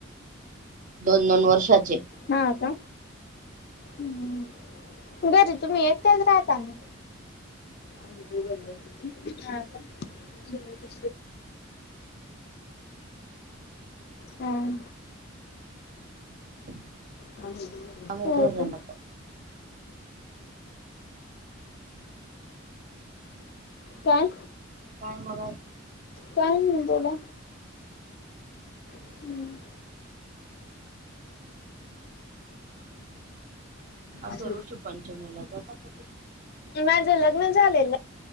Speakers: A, on the right; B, on the left.
A: दोन दोन वर्षाचे
B: हा का हूं घरी तुम्ही एकट्याच राहता ना आम्ही दोघे जण हा का हूं
A: <inaudible>
B: का
A: आम्ही
B: हम्
A: दोघ जण
B: काय
A: काय मग
B: काय नाही बोला हम्म.
A: असं
B: अस
A: ऋषी पंचमीला जाता का
B: माझ लग्न झालेल